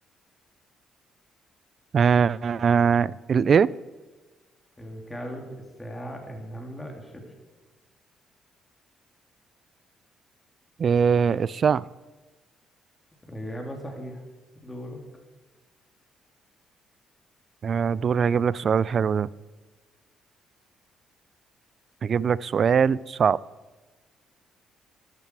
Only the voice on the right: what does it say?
آه آه، الايه
إيه الساعة
آه، دوري هجيب لك سؤال حلو ده هجيب لك سؤال صعب